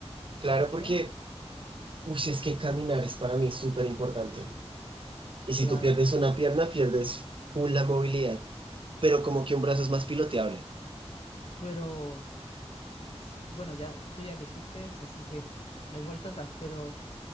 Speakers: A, on the right; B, on the left.
A: Claro,
B: ¿Por
A: porque
B: qué?
A: Uy, sí, es que caminar es para mí súper importante. Y si
B: Claro,
A: tú pierdes una pierna, pierdes full la movilidad. Pero como que un brazo es más piloteable.
B: pero... Sí, bueno, ya tú ya elegiste eso, así que <laughs> no hay vuelta atrás, pero